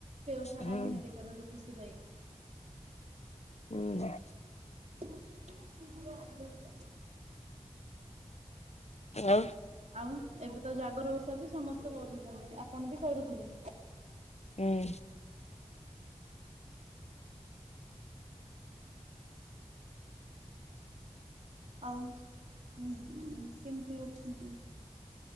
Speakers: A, on the right; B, on the left.
A: ସେ ସାରା
B: ହୁଁ
A: ନିହାତି କରନ୍ତୁ ଖୁସି ପାଇକି।
B: ହୁଁ।
A: <inaudible>
B: ଆ - ଉ -
A: ଆଉ ଏବେ ତ ଜାଗର ଓଷା ବି ସମସ୍ତେ କରୁଛନ୍ତି ଆପଣ ବି କରୁଥିବେ?
B: ହୁଁ।
A: ଆଉ ଉଁ - ଉଁ କେମିତି ଅଛନ୍ତି?